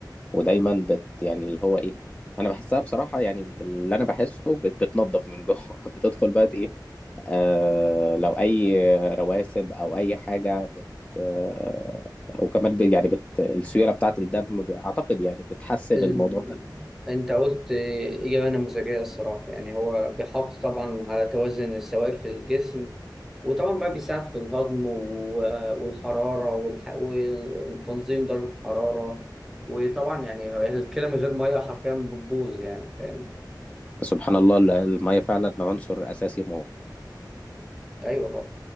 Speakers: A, on the left (about 15°); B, in the centre.
A: ودايما بت يعني اللي هو ايه انا بحسها بصراحة يعني باللي انا بحسه بت بتنضف من جوه <laughs> بتدخل بقى ايه آه لو اي رواسب او اي حاجة بت آه وكمان ب- يعني بت السيولة بتاعة الدم ب- اعتقد يعني بتحسن
B: ال...
A: الموضوع ده
B: أنت قلت إجابة نموذجية الصراحة، يعني هو بيحافظ طبعا على توازن السوائل في الجسم، وطبعا بقى بيساعد في الهضم و... والحرارة والح... وتنظيم درجة الحرارة، وطبعا يعني هو الكلى من غير مية حرفيا بتبوظ يعني فاهم؟
A: سبحان الله ال- المية فعلا عنصر اساسي مهم
B: أيوه طبعا.